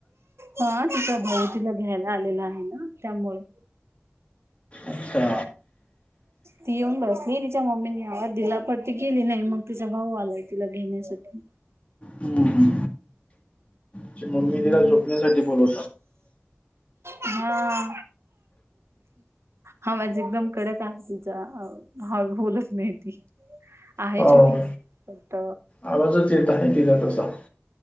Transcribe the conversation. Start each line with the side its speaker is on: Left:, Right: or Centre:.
Right: हा तिचा भाऊ तिला घ्यायला आलेला आहे ना त्यामुळे
Left: अच्छा
Right: ती येऊन बसली तिच्या मम्मीने आवाज दिला पणती केली नाही मग तिचा भाऊ आलाय तिला घेण्यासाठी
Left: हम्म हम
Right: हम्
Left: बोल
Right: हा हा माझी एकदम कडक आहे तिचा बोलत नाही ती आहे
Left: हो
Right: छोटी फक्त,
Left: आवाजच येत आहे तिचा तसा,